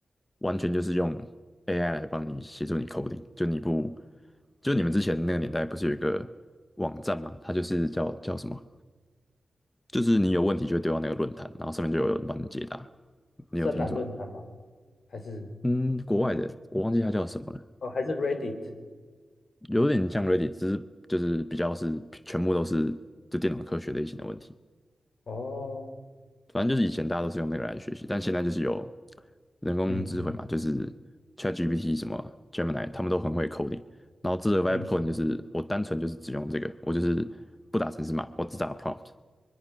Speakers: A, on the left; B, on the left.
A: 完全就是用 AI 来帮你协助你 coding，就你不就你们之前那个年代不是有一个网站嘛，它就是叫叫什么？就是你有问题就会丢到那个论坛，然后上面就有人帮你解答。你有听说？
B: 深蓝论坛吗？还是
A: 嗯，国外的我忘记它叫什么了，
B: 哦，还是 Reddit？
A: 有点像 Reddit，只是就是比较是全部都是就电脑科学类型的问题。
B: 哦，
A: 反正就是以前大家都是用那个来学习，但现在就是有人工智慧嘛，
B: 嗯
A: 就是 ChatGPT 什么 Gemini，他们都很会 coding。然后这个 Vibe
B: 嗯
A: coding 就是我单纯就是只用这个，我就是不打程式码，我只打 prompt。